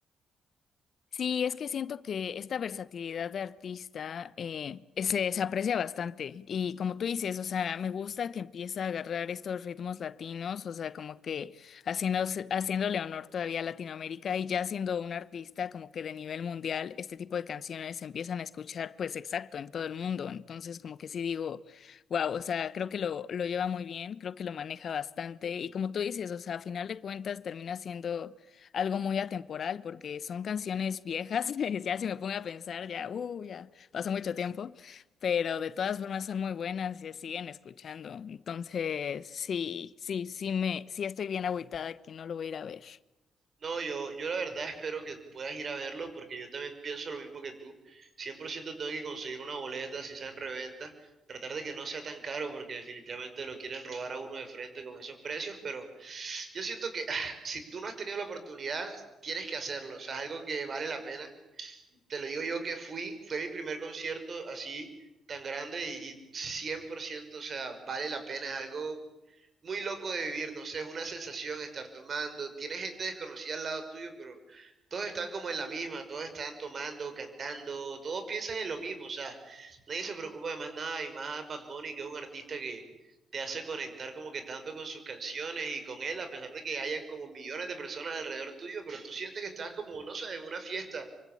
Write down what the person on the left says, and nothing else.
Sí, es que siento que esta versatilidad de artista eh, se, se aprecia bastante y como tú dices, o sea, me gusta que empieza a agarrar estos ritmos latinos, o sea, como que haciendo, haciéndole honor todavía a Latinoamérica y ya siendo un artista como que de nivel mundial, este tipo de canciones se empiezan a escuchar pues exacto en todo el mundo, entonces como que sí digo, wow, o sea, creo que lo, lo lleva muy bien, creo que lo maneja bastante y como tú dices, o sea, a final de cuentas termina siendo algo muy atemporal porque son canciones viejas, <laughs> ya si me pongo a pensar, ya, uh, ya pasó mucho tiempo, pero de todas formas son muy buenas y se siguen escuchando. Entonces, sí, sí, sí me, sí estoy bien agüitada que no lo voy a ir a ver.